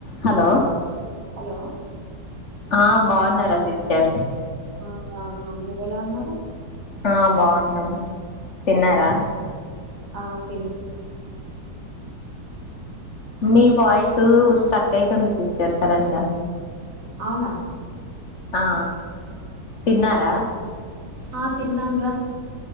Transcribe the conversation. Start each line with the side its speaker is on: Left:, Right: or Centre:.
Left: Hello
Right: hello
Left: ఆ బావున్నరా sister.
Right: ఆ బావున్నాం. మీరు ఎలా ఉన్నారు?
Left: ఆ బావున్నాం, తిన్నారా?
Right: ఆ తిన్
Left: మీ వాయిసు స్ట్రక్ అయితుంది సిస్టర్ సడన్గా.
Right: అవునా
Left: ఆ తిన్నారా?
Right: ఆ తిన్నాంరా.